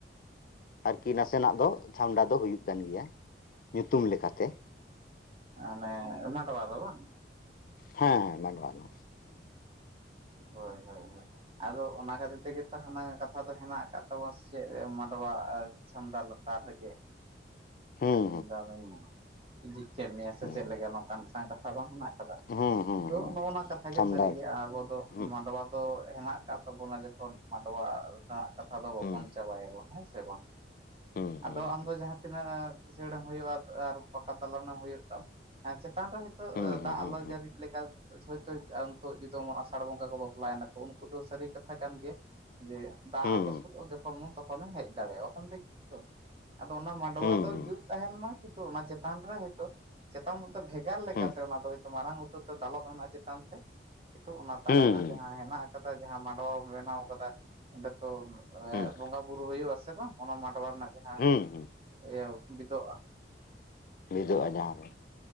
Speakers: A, on the left; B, on the right.
A: ᱟᱨᱠᱤ ᱱᱟᱥᱮᱱᱟᱜ ᱫᱚ ᱪᱷᱟᱢᱰᱟ ᱫᱚ ᱦᱩᱭᱩᱜ ᱠᱟᱱ ᱜᱮᱭᱟ ᱧᱩᱛᱩᱢ ᱞᱮᱠᱟᱛᱮ᱾
B: ᱟᱱᱮ ᱢᱟᱰᱣᱟ ᱫᱚ ᱵᱟᱝ?
A: ᱦᱮᱸ ᱢᱟᱰᱣᱟ ᱫᱚ᱾
B: ᱦᱳᱭ ᱦᱳᱭ ᱦᱳᱭ ᱟᱫᱚ ᱚᱱᱟ ᱠᱷᱟᱹᱛᱤᱨ ᱛᱮᱜᱮ ᱛᱚ ᱦᱟᱱᱟ ᱠᱟᱛᱷ ᱠᱟᱛᱷᱟ ᱫᱚ ᱦᱮᱱᱟᱜ ᱟᱠᱟᱫ ᱛᱟᱵᱚᱱᱟ ᱥᱮ ᱪᱮᱫ ᱢᱟᱰᱣᱟ ᱪᱷᱟᱢᱰᱟ ᱞᱟᱛᱟᱨ ᱨᱮᱜᱮ᱾
A: ᱦᱩᱸ
B: ᱤᱧ ᱫᱚ ᱟᱢᱤᱧ ᱤᱫᱤᱠ ᱠᱮᱜ ᱢᱮᱭᱟ ᱥᱮ
A: ᱦᱩᱸ
B: ᱪᱮᱫ ᱞᱮᱠᱟ ᱱᱚᱝᱠᱟᱱ ᱢᱤᱫᱴᱟᱝ ᱠᱟᱛᱷᱟ ᱵᱟᱝ ᱦᱮᱱᱟᱜ ᱟᱠᱟᱫᱟ᱾
A: ᱦᱩᱸ ᱦᱩᱸ ᱦᱩᱸ
B: ᱛᱚ
A: ᱦᱩᱸ
B: ᱱᱚᱜᱼᱚ ᱱᱚᱣᱟ ᱠᱟᱛᱷᱟ ᱜᱮ
A: ᱪᱷᱟᱢᱰᱟ
B: ᱥᱟᱹᱨᱤ ᱜᱮ ᱟᱵᱚ ᱫᱚ
A: ᱦᱩᱸ
B: ᱢᱟᱰᱣᱟ ᱛᱚ ᱦᱮᱱᱟᱜ ᱟᱠᱟᱫ ᱛᱟᱵᱚᱱᱟ ᱡᱚᱛᱚ ᱢᱟᱰᱣᱟ ᱨᱮᱱᱟᱜ ᱠᱟᱛᱷᱟ ᱫᱚ ᱵᱟᱵᱚᱱ
A: ᱦᱩᱸ
B: ᱪᱟᱵᱟᱭᱟᱵᱚᱱ ᱦᱮᱸ ᱥᱮ ᱵᱟᱝ᱾
A: <inaudible>
B: ᱟᱫᱚ
A: ᱦᱩᱸ
B: ᱟᱢ ᱫᱚ ᱡᱟᱦᱟᱸ ᱛᱤᱱᱟᱹᱜ ᱠᱤᱥᱟᱹᱲᱮᱢ ᱦᱩᱭᱩᱜᱼᱟ ᱟᱫ ᱟᱨ ᱯᱟᱠᱟ ᱫᱟᱞᱟᱱᱮᱢ ᱦᱩᱭᱩᱜ ᱛᱟᱢ ᱦᱮᱸ ᱪᱮᱛᱟᱱ ᱨᱮ ᱦᱚᱳᱭᱛᱳ
A: ᱦᱩᱸ
B: ᱫᱟᱜ ᱟᱞᱚ
A: ᱦᱩᱸ
B: ᱡᱟᱹᱲᱤ ᱞᱮᱠᱟ ᱦᱳᱭᱛᱳ ᱟᱢ ᱱᱤᱛᱚᱜ ᱡᱮ ᱫᱚᱢᱚᱱ ᱟᱥᱟᱲ ᱵᱚᱸᱜᱟ ᱠᱚ ᱵᱟᱯᱞᱟᱭᱮᱱᱟ ᱠᱚ ᱩᱱᱠᱩ ᱫᱚ ᱥᱟᱹᱨᱤ ᱠᱟᱛᱷᱟ ᱠᱟᱱ ᱜᱮᱭᱟ ᱡᱮ ᱫᱟᱜ
A: ᱦᱩᱸ ᱦᱩᱸ
B: ᱞᱚᱥᱚᱫ ᱡᱚᱠᱷᱚᱱ ᱢᱚᱱ ᱛᱚᱠᱷᱚᱱᱮᱢ ᱦᱮᱡ ᱫᱟᱲᱮᱭᱟᱜᱼᱟ ᱚᱦᱚᱢ ᱞᱟᱹᱭ ᱠᱮᱭᱟ ᱛᱚ᱾ ᱟᱫᱚ ᱚᱱᱟ ᱢᱟᱰᱣᱟ
A: ᱦᱩᱸ
B: ᱫᱚ
A: ᱦᱩᱸ
B: ᱡᱩᱛ ᱛᱟᱦᱮᱱ ᱢᱟ ᱠᱤᱱᱛᱩ ᱚᱱᱟ ᱪᱮᱛᱟᱱ ᱨᱮ ᱦᱳᱭᱛᱳ ᱪᱮᱛᱟᱱ ᱩᱛᱟᱹᱨ ᱵᱷᱮᱜᱟᱨ ᱞᱮᱠᱟᱛᱮ
A: ᱦᱩᱸ
B: ᱚᱱᱟ ᱫᱚ ᱦᱳᱭᱛᱚ ᱢᱟᱨᱟᱝ ᱩᱛ ᱛᱟᱹᱨ ᱛᱮ ᱫᱟᱞᱚᱵ ᱦᱮᱱᱟᱜᱼᱟ ᱪᱮᱛᱟᱱ ᱛᱮ ᱠᱤᱱᱛᱩ ᱚᱱᱟ ᱛᱟᱞᱟᱨᱮ
A: ᱦᱩᱸ
B: ᱡᱟᱦᱟᱸ
A: ᱦᱩᱸ
B: ᱦᱮᱱᱟᱜ ᱟᱠᱟᱫᱟ ᱡᱟᱦᱟᱸ ᱢᱟᱸᱰᱣᱟ ᱵᱚᱱ ᱵᱮᱱᱟᱣ ᱟᱠᱟᱫᱟ᱾ ᱚᱸᱰᱮ ᱛᱚ
A: ᱦᱩᱸ
B: ᱮ ᱵᱚᱸᱜᱟ ᱵᱩᱨᱩ ᱦᱩᱭᱩ ᱟᱥᱮ ᱵᱟᱝ, ᱚᱱᱟ ᱢᱟᱰᱣᱟ ᱨᱮᱱᱟᱜ ᱡᱟᱦᱟᱸ
A: ᱦᱩᱸ ᱦᱩᱸ
B: ᱤᱭᱟᱹ ᱵᱤᱫᱚᱜᱼᱟ᱾
A: ᱵᱤᱫᱚᱜᱼᱟ ᱡᱟᱦᱟᱸ ᱨᱮ᱾